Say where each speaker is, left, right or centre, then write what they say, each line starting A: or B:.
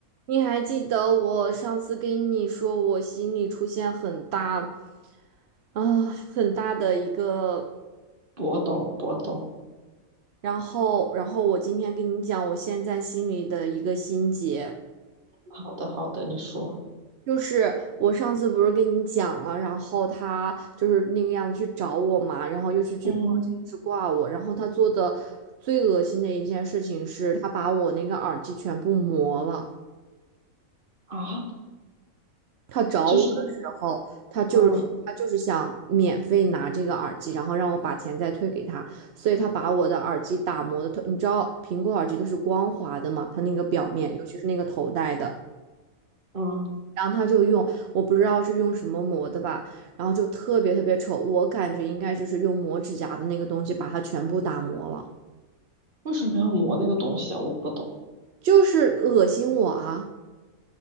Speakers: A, on the right; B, on the right.
A: 你还记得我上次跟你说，我心里出现很大啊，很大的一个，
B: 我懂，我懂。
A: 然后，然后我今天跟你讲，我现在心里的一个心结，
B: 好的，好的，你说。
A: 就是我上次不是跟你讲了，然后他就是那个样子去找我嘛，然后又是去报警，
B: 嗯
A: 又是挂我，然后他做的最恶心的一件事情是，他把我那个耳机全部磨了。
B: 啊，
A: 他找我的时候，
B: 就是
A: 他就是他就是想免费拿这个耳机，
B: 嗯
A: 然后让我把钱再退给他，所以他把我的耳机打磨的特，你知道苹果耳机都是光滑的嘛，它那个表面，尤其是那个头戴的，
B: 嗯，
A: 然后他就用，我不知道是用什么磨的吧，然后就特别特别丑，我感觉应该就是用磨指甲的那个东西把它全部打磨了，
B: 为什么要磨那个东西啊？我不懂。
A: 就是恶心我啊，